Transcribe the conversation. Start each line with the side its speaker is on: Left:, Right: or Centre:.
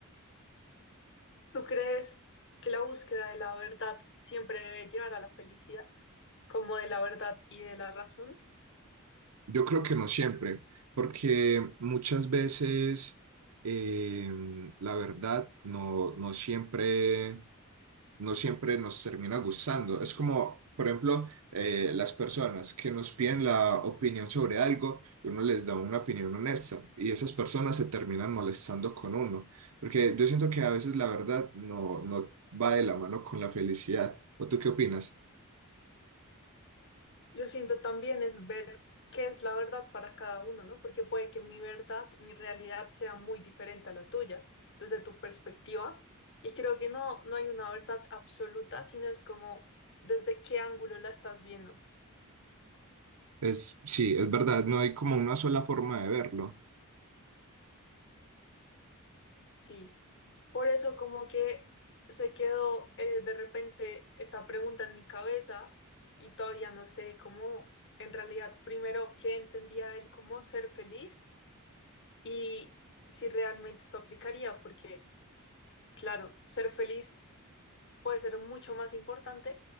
Left: ¿Tú crees que la búsqueda de la verdad siempre debe llevar a la felicidad, como de la verdad y de la razón?
Right: Yo creo que no siempre, porque muchas veces eh, la verdad no, no siempre. no siempre nos termina gustando. Es como, por ejemplo, eh, las personas que nos piden la opinión sobre algo, y uno les da una opinión honesta y esas personas se terminan molestando con uno, porque yo siento que a veces la verdad no, no va de la mano con la felicidad. ¿O tú qué opinas?
Left: Yo siento también es ver qué es la verdad para cada uno, ¿no? Porque puede que mi verdad, mi realidad sea muy diferente a la tuya, desde tu perspectiva. Y creo que no, no hay una verdad absoluta, sino es como desde qué ángulo la estás viendo.
Right: Es, sí, es verdad, no hay como una sola forma de verlo.
Left: Sí. Por eso como que se quedó eh, de repente esta pregunta en mi cabeza y todavía no sé cómo, en realidad, primero, qué entendía él como ser feliz y si realmente esto aplicaría, porque... Claro, ser feliz puede ser mucho más importante